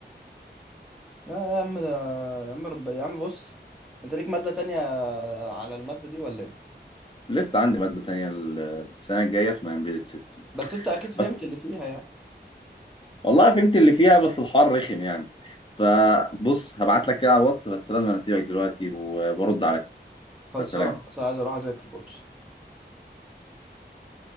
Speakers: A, in the centre; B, on the left.
A: لا لا يا عم ده يا عم رب... يا عم بص انت ليك ماده تانية على الماده دي ولا ايه
B: لسه عندي ماده تانية ال- السنه الجايه اسمها امبيدد سيستم
A: بس انت اكيد فهمت
B: بس
A: اللي فيها يعني
B: والله فهمت اللي فيها بس الحوار رخم يعني فبص هبعت لك كده على الواتس بس لازم أنا اسيبك دلوقتي وبرد عليك
A: خلصانه
B: فسلام
A: بس عايز اروح اذاكر برضه